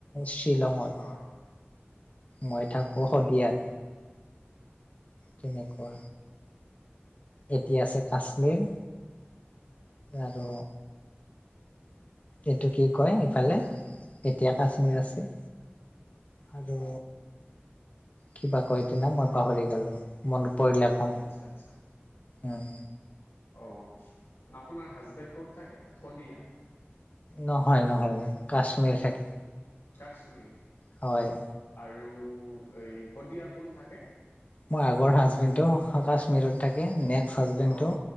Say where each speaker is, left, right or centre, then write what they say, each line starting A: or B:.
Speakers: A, on the left; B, on the left.
A: শ্বিলঙত।
B: হয়
A: মই থাকোঁ শদিয়াত তেনেকুৱা। এতি আছে কাশ্মীৰ। আৰু এইটো কি কয় ইফালে এতিয়া কাশ্মীৰ আছে। আৰু কিবা কয় টো ন' মই পাহৰি গলো মনত পৰিলে
B: অঁ',
A: কম
B: আচ্ছা আচ্ছা।
A: উম
B: অঁ আপোনাৰ হাজবেণ্ড ক'ত থাকে শদিয়া।
A: নহয় নহয় কাশ্মীৰ থাকে।
B: কাশ্মীৰ
A: হয়
B: আৰু এই শদিয়া কোন থাকে?
A: মই আগৰ হাজবেণ্ডো কাশ্মীৰত থাকে নেক্স হাজবেণ্ডটো
B: অ